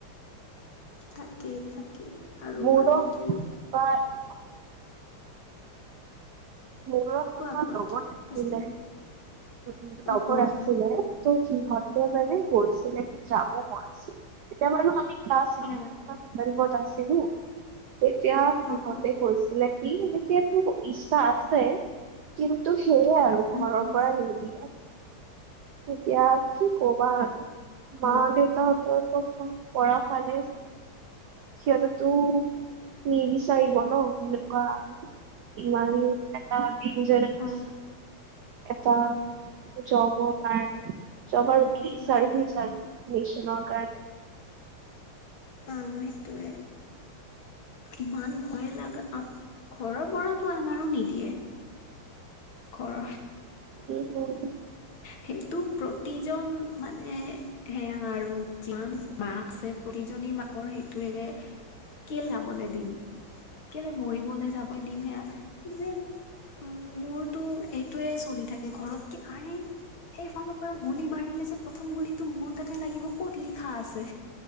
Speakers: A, on the left; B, on the right.
A: তাকেই তাকেই আৰু
B: মোৰো
A: মানে কি
B: এনেকুৱা অ মোৰো এটা
A: কোৱা কোৱা
B: লগৰ
A: কি
B: আছিলে
A: আছিল
B: উম, লগৰ
A: অ অ
B: আছিলে। ত' সিহঁতে মানে কৰিছিলে নেকি, যাব মন আছিল এতিয়া বাৰু আমি ক্লাছ ইলেভেন
A: অ
B: বা টোৱেলভত আছিলোঁ, তেতিয়া সিহঁতে
A: অ অ
B: কৈছিলে সি হেনেকাতো ইচ্ছা আছে কিন্তু সেয়ে আৰু
A: উম
B: ঘৰৰ
A: উম
B: পৰা নিদিয়ে। এতিয়া কি ক'বা আৰু মা
A: অ
B: দেউতাহঁতৰ পছন কৰা চালে সিহঁতেতো নিবিচাৰিব ন' এনেকুৱা ইমান এটা দেনজাৰেচ
A: অ
B: এটা জবৰ কাৰণে জব আৰু কি
A: সেইটোৱে
B: চাৰ্ভিচ আৰু মিচনৰ কাৰণে
A: অ' সেইটোৱে। ইমান ভয় লাগা, ঘৰৰ পৰাতো আমাৰো নিদিয়ে। ঘৰৰ
B: তাকেই।
A: সেইটো প্ৰতিজন মানে সেয়া আৰু যিমান মাক আছে প্ৰতিজনী মাকৰ সেইটোৱেৰে কেলে যাবলৈ দিম, কেলে মৰিবলৈ যাব দিম, সেয়া যে উম, মোৰটো এইটোয়ে চলি থাকে। ততকে আৰে। সেইফালৰ পৰা গুলি মাৰিলে যে প্ৰথম গুলিটো মোৰ তাতে লাগিব ক'ত লিখা আছে।